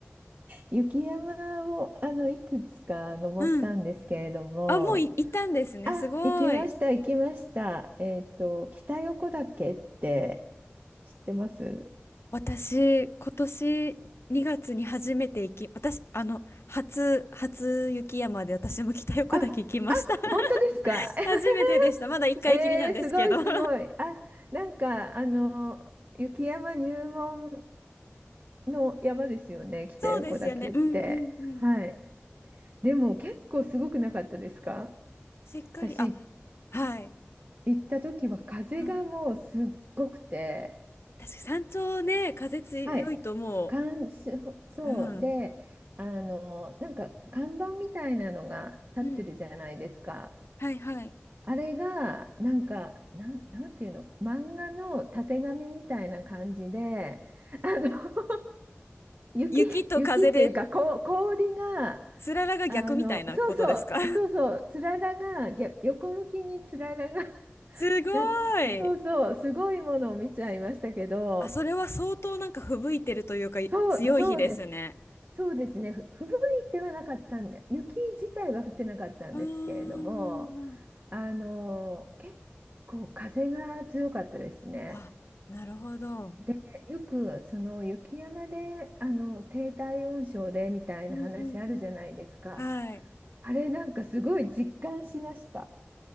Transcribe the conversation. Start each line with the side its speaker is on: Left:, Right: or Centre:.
Right: 雪山をあのいくつか登ったんですけれども、
Left: うん。あ、もうい、行ったんですね。
Right: あ、
Left: すごい。
Right: 行きました、行きました。えっと、北横岳って知ってます
Left: 私、今年2月に初めて行き、私、あの、初、初雪山で私も北横岳行きました。
Right: あ、あ、本当ですか <laughs>
Left: 初めてでした。まだ一回きりなんですけど。
Right: えー、すごいすごい。
Left: <laughs>
Right: あ、なんか、あの、雪山入門の山ですよね、北横岳って。
Left: そうですよね。うんうんうん。
Right: はい。でも結構すごくなかったですか
Left: しっかり、
Right: 私
Left: あ、はい。
Right: 行った時は風がもうすっごくて、
Left: うん。確かに山頂ね、風強いとも
Right: はい。感想、そうで、
Left: う、うん。
Right: あの、なんか看板みたいなのが立ってるじゃないですか。
Left: うん。はいはい。
Right: あれが、なんか、なん、なんていうの、漫画のたてがみみたいな感じで、あの、<laughs> 雪、
Left: 雪と風で、
Right: 雪っていうか、こう、氷が、
Left: つららが逆みたいなことですか
Right: あの、そうそう、そうそう、つららが、逆横向きにつららが、<laughs>
Left: <laughs> すご
Right: な、
Left: い。
Right: そうそう、すごいものを見ちゃいましたけど、
Left: あ、それは相当なんか吹雪いてるというか、
Right: そう、
Left: 強い日ですね。
Right: そうです。そうですね。ふ、吹雪いてはなかったんで、雪自体は降ってなかったんですけれども、
Left: うーん。
Right: あの、結構風が強かったですね。
Left: あ、なるほど。
Right: で、よくその雪山であの低体温症でみたいな話あるじゃないですか。
Left: うんうんうん。はい。
Right: あれなんかすごい実感しました。